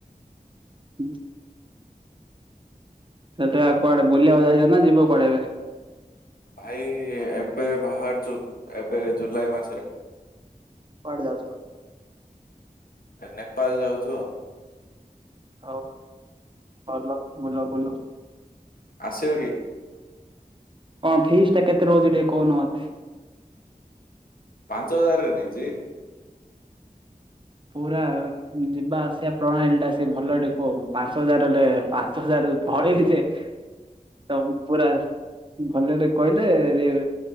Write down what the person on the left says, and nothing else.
ଭାଇ ଏବେ ବାହାରୁଛୁ ଏବେ ଜୁଲାଇ ମାସରେ
ନେପାଳ ଯାଉ ଚୁ ଆଉ।
ଆସିବ କି?
ପାଞ୍ଚ ହଜାରରେ ନାଇଁ ଯେ